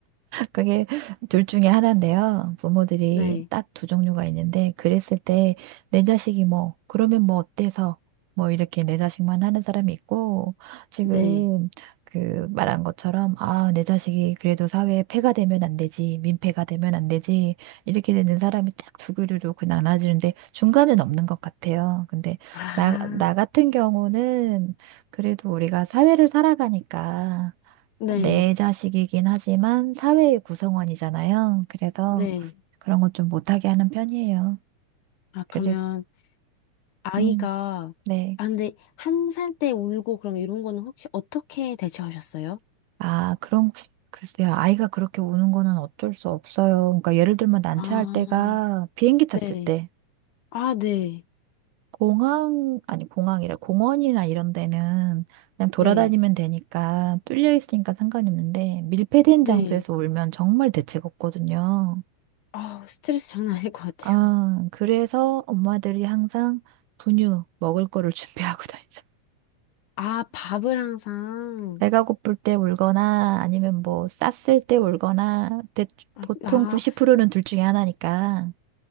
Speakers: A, on the right; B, on the left.
A: 그게 둘 중에 하나인데요. 부모들이
B: 네,
A: 딱 두 종류가 있는데, 그랬을 때, 내 자식이 뭐, 그러면 뭐 어때서, 뭐 이렇게 내 자식만 하는 사람이 있고, 지금
B: 네.
A: 그 말한 것처럼, 아, 내 자식이 그래도 사회에 폐가 되면 안 되지, 민폐가 되면 안 되지, 이렇게 되는 사람이 딱 두 그루로 그 나눠지는데, 중간은 없는 것 같아요. 근데
B: 아,
A: 나, 나 같은 경우는 그래도 우리가 사회를 살아가니까,
B: 네,
A: 내 자식이긴 하지만 사회의 구성원이잖아요. 그래서
B: 네.
A: 그런 것 좀 못하게 하는 편이에요.
B: 아,
A: 그리고,
B: 그러면, 아이가,
A: 음, 네.
B: 아, 근데, 한 살 때 울고 그럼 이런 거는 혹시 어떻게 대처하셨어요?
A: 아, 그런, 글쎄요. 아이가 그렇게 우는 거는 어쩔 수 없어요. 그러니까 예를 들면 난차할
B: 아,
A: 때가 비행기 탔을
B: 네.
A: 때,
B: 아, 네,
A: 공항, 아니, 공항이라, 공원이나 이런 데는 그냥 돌아다니면
B: 네.
A: 되니까 뚫려 있으니까 상관이 없는데, 밀폐된
B: 네.
A: 장소에서 울면 정말 대책 없거든요.
B: 아, 스트레스 장난 아닐 것 같아요.
A: 아, 그래서 엄마들이 항상 분유 먹을 거를 <laughs> 준비하고 다니죠.
B: 아, 밥을 항상.
A: 배가 고플 때 울거나 아니면 뭐 쌌을 때 울거나 대,
B: 아,
A: 보통
B: 아,
A: 90%는 둘 중에 하나니까